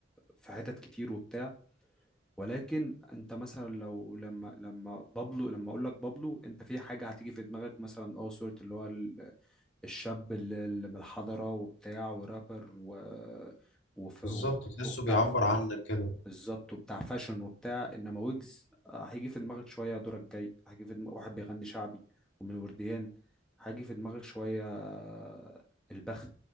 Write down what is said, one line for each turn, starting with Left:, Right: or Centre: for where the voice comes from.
Centre: في حتت كتير وبتاع ولكن انت مثلا لو لما لما بابلو لما اقول لك بابلو انت في حاجه هتيجي في دماغك مثلا اه صوره اللي هو ال- الشاب اللي اللي من الحضره وبتاع ورابر و وف
Left: بالظبط
Centre: وب-
Left: تحسه
Centre: وبتاع
Left: بيعبر
Centre: ف-
Left: عنك كده
Centre: بالظبط وبتاع فاشن وبتاع انما ويجز آه، هيجي في دماغك شويه دورك جاي هيجي في دماغك واحد بيغني شعبي ومن الورديان هيجي في دماغك شويه آه، البخت